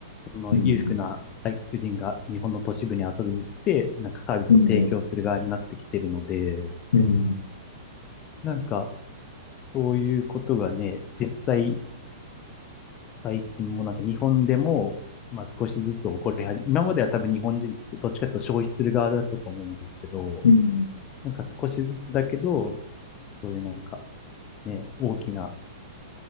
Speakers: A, on the left; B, on the left.
A: その裕福な外国人が日本の都市部に遊びに来て、
B: うん。
A: なんかサービスを提供する側になってきてるので、
B: うん。うん。
A: なんか、そういうことがね、実際、最近もなんか日本でも、まあ少しずつ起こり始め、今までは多分日本人、どっちかというと消費する側だったと思うんですけど、
B: うん。
A: なんか少しだけど、そういうなんかね、大きな、